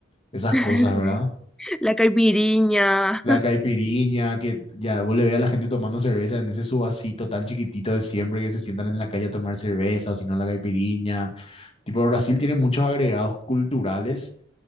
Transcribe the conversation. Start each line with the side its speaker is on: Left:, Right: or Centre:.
Left: esas
Centre: <laughs>
Left: cosas, ¿verdad?
Centre: La caipirinha.
Left: La caipiriña, que ya vos le ve a la gente tomando cerveza en ese su vasito tan chiquitito de siempre que se sientan en la calle a tomar cerveza, o si no la caipiriña. Tipo, Brasil tiene muchos agregados culturales